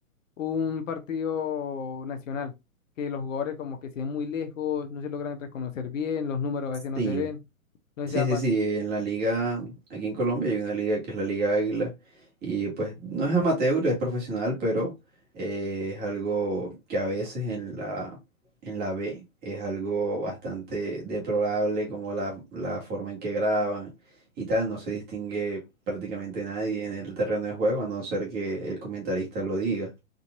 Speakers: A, on the left; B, on the right.
A: un partido nacional, que los jugadores como que se ven muy lejos, no se logran reconocer bien, los números a veces no
B: sí
A: se ven, no sé
B: Sí,
A: si ha
B: sí,
A: pas-
B: sí, en la liga, aquí en Colombia hay una liga que es la Liga Águila y pues no es amateur, es profesional, pero eh, es algo que a veces en la, en la B es algo bastante deplorable como la, la forma en que graban y tal, no se distingue prácticamente nadie en el terreno de juego a no ser que el comentarista lo diga.